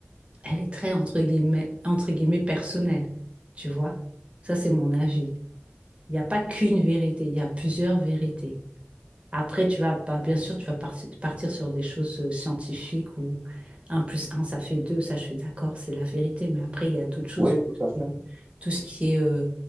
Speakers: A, on the right; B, on the right.
A: elle est très, entre guillemets, entre guillemets, personnelle. Tu vois? Ça, c'est mon avis. Il n'y a pas qu'une vérité, il y a plusieurs vérités. Après, tu vas, pas bien sûr, tu vas par- partir sur des choses euh, scientifiques où un plus un ça fait deux ça je suis d'accord, c'est la vérité, mais après, il y a d'autres choses,
B: Oui, tout à fait.
A: tout ce qui est euh,